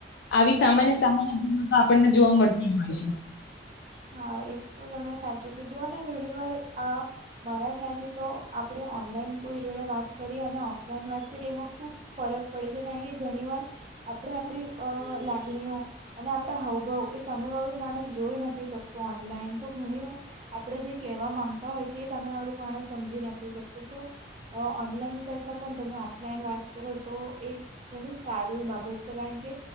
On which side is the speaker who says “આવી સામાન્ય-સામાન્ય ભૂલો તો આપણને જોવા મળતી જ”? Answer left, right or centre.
Left